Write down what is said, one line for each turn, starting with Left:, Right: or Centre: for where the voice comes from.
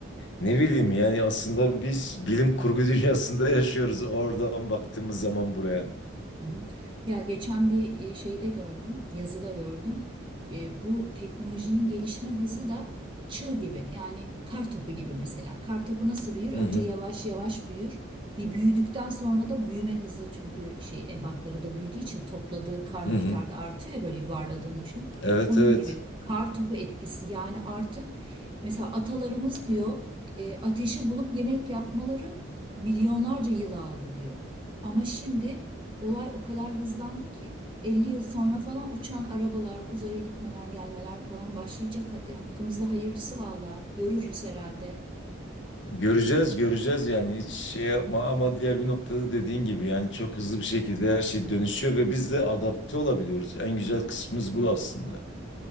Left: ne bileyim yani aslında biz bilim kurgu <laughs> dünyasında yaşıyoruz oradan baktığımız zaman buraya.
Right: Hı hı. Ya geçen bir e, şeyde gördüm, yazıda gördüm. E, bu teknolojinin gelişme hızı da çığ gibi. Yani kar topu gibi mesela. Kar topu nasıl büyür? Önce
Left: Hı hı
Right: yavaş yavaş büyür. Bir büyüdükten sonra da büyüme hızı çünkü şey ebatları da büyüdüğü için topladığı kar
Left: hı
Right: miktarı
Left: hı.
Right: da artıyor ya böyle yuvarladığını düşün.
Left: Evet
Right: Onun
Left: evet.
Right: gibi kar topu etkisi yani artık mesela atalarımız diyor e, ateşi bulup yemek yapmaları milyonlarca yıl aldı diyor. Ama şimdi olay o kadar hızlandı ki 50 yıl sonra falan uçan arabalar, uzaya gitmeler, gelmeler falan başlayacak. Hadi hakkımızda hayırlısı valla görürüz herhalde.
Left: Göreceğiz göreceğiz yani hiç şey yapma ama diğer bir noktada dediğin gibi yani çok hızlı bir şekilde her şey dönüşüyor ve biz de adapte olabiliyoruz. En güzel kısmımız bu aslında.